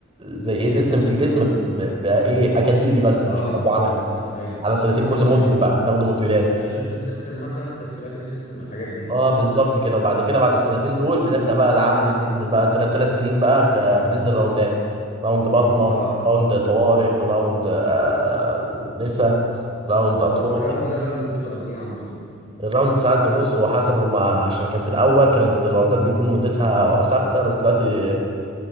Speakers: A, on the right; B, on the left.
A: زي ايه سيستم في الجسم ب- ب- بقى ايه اكاديمي بس
B: اه
A: مش بناخده عملي
B: ايوه
A: على سنتين كل موديول
B: ايوه
A: بقى بناخده موديولات
B: ده جوزيف سيستم مثلا سيركيلاتري سيستم الحاجات دي
A: اه بالظبط كده وبعد كده بعد السنتين دول بنبدا بقى العملي بننزل بقى ثلاث ثلاث سنين بقى ك- بننزل راوندات راوند بطنه
B: اه
A: راوند طوارئ راوند آه، نسا راوند اطفال
B: طب والراوند ده بقى مدته قد ايه عندكم
A: الراوند ساعات بص هو حسب هما عشان كان في الاول كانت الراوندات بيكون مدتها ثابته بس دلوقتي